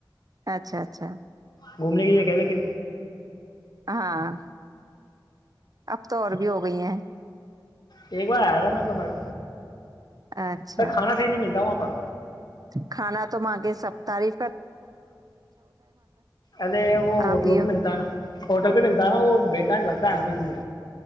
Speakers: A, on the right; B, on the left.
A: اچھا اچھا
B: گھومنے کی لیے کہ لیکن
A: ہاں اب تو اور بھی ہو گئی ہیں
B: ایک بار آیاا میں تو پس
A: اچھا
B: ت کھانا صحیح نہیں ملتا وہاں پر
A: کھانا تو مانگ سپتاری
B: ارے وہ ہوٹلوں
A: آپ یہ
B: پہ ملتا ہے نا ہوٹل پہ ملتا ہے نا وہ بےیکارن لگتا ہے میں اس لی